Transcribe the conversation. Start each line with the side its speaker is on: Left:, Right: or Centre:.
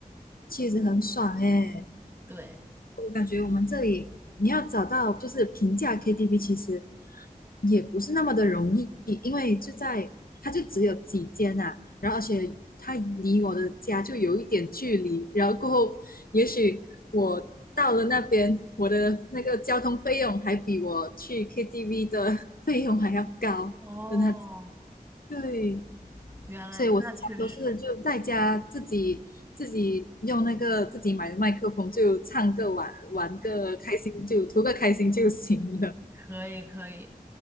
Left: 其实很爽哎、
Right: 对，
Left: 我感觉我们这里你要找到就是平价 KTV，其实也不是那么的容易，因为就在它就只有几间啊，然后而且它离我的家就有一点距离，然后过后也许我到了那边，我的那个交通费用还比我去 KTV 的费用还要高的那，
Right: 哦，
Left: 对，
Right: 原来那确实，
Left: 所以我时常都是就在家自己自己用那个自己买的麦克风就唱个玩玩个开心就图个开心就行了。
Right: 可以可以。